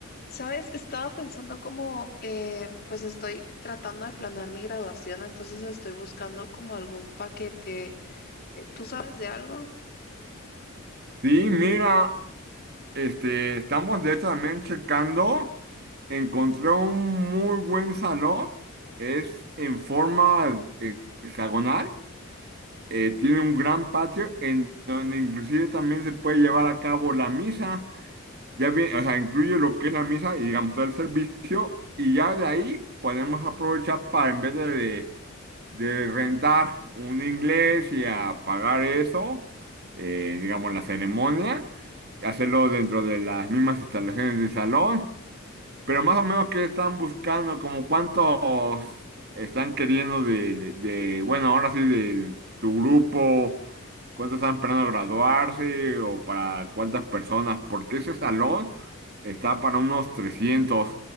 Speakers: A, on the left; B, on the right.
A: Sabes, estaba pensando como, eh, pues estoy tratando de planear mi graduación, entonces estoy buscando como algún paquete. Eh, ¿Tú sabes de algo?
B: Sí, mira, este, estamos de hecho también checando. Encontré un muy buen salón. Es en forma eh, hexagonal. eh, tiene un gran patio en donde inclusive también se puede llevar a cabo la misa. Ya bien, o sea, incluye lo que es la misa y digamos todo el servicio. Y ya de ahí podemos aprovechar para en vez de de rentar un inglés y a pagar eso, eh, digamos, la ceremonia, hacerlo dentro de las mismas instalaciones del salón, pero más o menos qué están buscando, como cuántos están queriendo de, de- de, bueno, ahora sí, de su grupo, cuántos están esperando graduarse o para cuántas personas, porque
A: Ujú.
B: ese salón está para unos 300,